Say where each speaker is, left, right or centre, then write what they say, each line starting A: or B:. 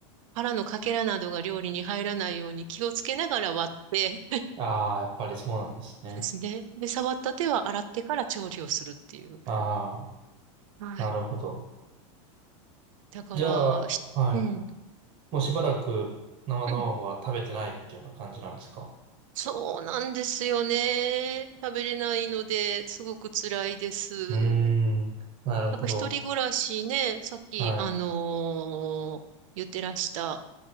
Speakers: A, on the right; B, on the right.
A: 殻のかけらなどが料理に入らないように気をつけながら割って、<laughs>
B: ああ、やっぱりそうなんですね。
A: そうですね。で、触った手は洗ってから調理をするっていう。
B: ああ、
A: はい。
B: なるほど。
A: だから、
B: じゃあ、
A: ひうん。
B: はい。もうしばらく生卵は食べてないっていうような感じなんですか
A: うんそうなんですよね。食べれないので、すごく辛いです。
B: うーん。なるほど。
A: なんか一人暮らしね、さっき、
B: はい、
A: あのー言ってらした、